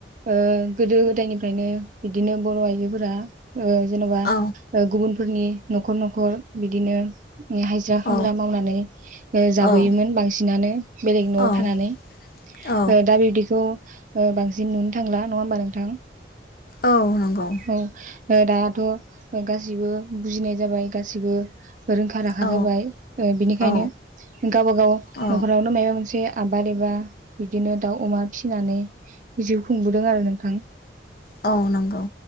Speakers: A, on the right; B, on the left.
A: ओ गोदो गोदायनिफ्रायनो बिदिनो बर' आइजोफोरा ओ जेन'बा
B: औ
A: ओ गुबुन फोरनि न'खर न'खर बिदिनो नि हायजिरा
B: औ
A: खामला मावनानै ओ
B: औ
A: जाबोयोमोन बांसिनानो बेलेगनि
B: औ
A: न'आव थानानै
B: औ
A: ओ दा बे खौ ओ बांसिन नुनो थांला नङा होमबा नोंथां?
B: औ नंगौ
A: औ ओ दाथ' ओ गासिबो बुजिनाय जाबाय गासिबो रोंखा राखा
B: औ
A: जाबाय ओ बिनिखायनो
B: औ
A: गाबागाव
B: औ
A: न'खरावनो माबा मोनसे आबार एबा बिदिनो दाउ, अमा फिसिनानानै जिउ खुंबोदों आरो नोंथां।
B: औ नंगौ